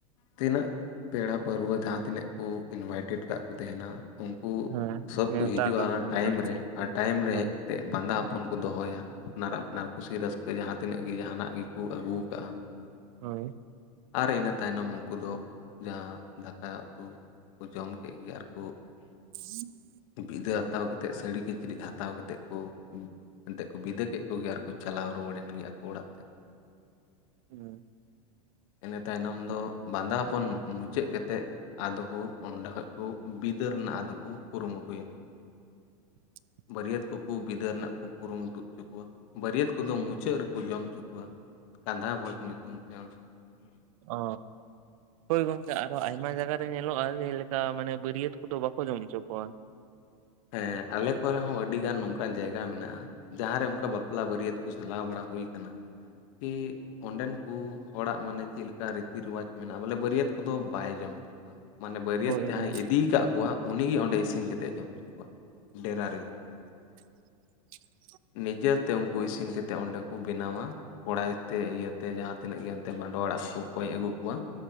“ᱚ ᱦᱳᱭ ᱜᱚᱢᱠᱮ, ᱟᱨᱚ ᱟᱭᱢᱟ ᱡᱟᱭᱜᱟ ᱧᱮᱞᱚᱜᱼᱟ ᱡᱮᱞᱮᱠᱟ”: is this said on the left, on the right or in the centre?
Right